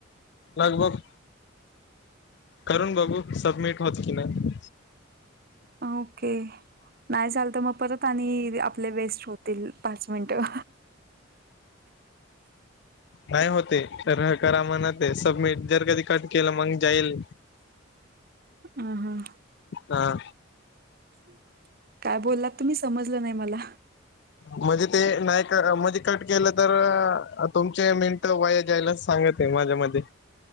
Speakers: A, on the left (about 60°); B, on the right (about 50°).
A: लगभग करून बघू सबमिट होत की नाही?
B: ओके. नाही चालत मग परत आणि, आपले वेस्ट होतील पाच मिनटं.
A: नाही होते. तर करा म्हणते सब मट जर कधी कट केलं मग जाईल.
B: हं हं.
A: हा
B: हम् <inaudible> काय बोललात तुम्ही? समजलं नाही मला.
A: म्हणजे ते नाही का म्हणजे कट केलं तर, तुमचे मिनट वाया जाईल असं सांगत. ते माझ्या मध्ये